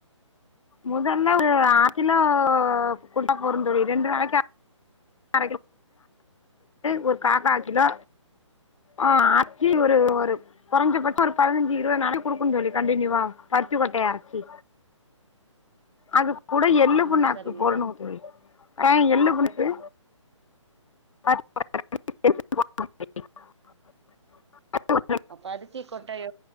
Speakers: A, on the left; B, on the right.
A: முதல்ல ஒரு ஆசிலோ கூட போறு தோழி ரெண்டு நாளக்கு <inaudible> ஒரு காக்கால் கிலோ ஆஹ் அச்சு ஒரு ஒரு குறைஞ்ச பட்சம் ஒரு பதினஞ்சு இருவது நாளைக்கு குடுக்கும்ன்னு தோழி கண்டனியூவா பருத்து கொட்டைய அரைச்சு அது கூட எள்ளு
B: ஆ
A: புண்ணாக்கு
B: சரிங்க
A: போடணு தோழி ஆஹ் எள்ளு புன்னாக்கு <inaudible>
B: பருத்தி கொட்டைய